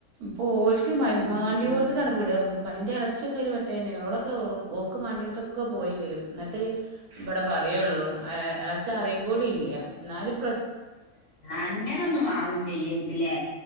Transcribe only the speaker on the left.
ഉം
അങ്ങനൊന്നും ആവും ചെയ്യരുതില്ലേ